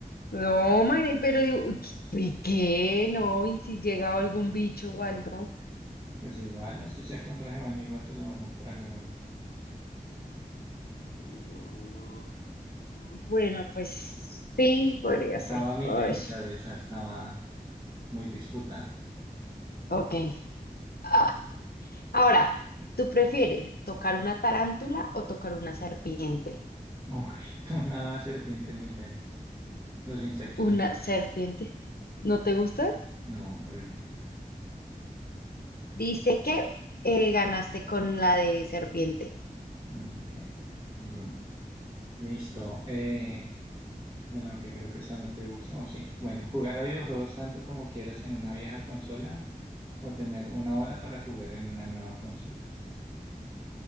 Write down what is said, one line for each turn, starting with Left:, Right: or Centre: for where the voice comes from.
Left: No, madre, pero digo, ¿qué? qué? No, y si llega algún bicho o algo.
Right: Pues igual, así sea con traje de baño, igual se lo van a tragar a uno.
Left: Mm, Bueno, pues sí, podría
Right: Estaba
Left: ser.
Right: mitad
Left: Ay,
Right: y mitad de esa, estaba muy disputada.
Left: ok. Ah, ahora, ¿tú prefieres tocar una tarántula o tocar una serpiente?
Right: Uy, <laughs> una serpiente mil veces. Los insectos
Left: Una
Right: no
Left: serpiente. ¿No te gusta?
Right: No, horrible.
Left: Dice que eh, ganaste con la de serpiente.
Right: Ah, ok, muy bien. Listo. Eh, bueno, que creo que esta no te gusta, ¿o sí? Bueno, jugar a videojuegos tanto como quieras en una vieja consola o tener una hora para jugar en una nueva consola.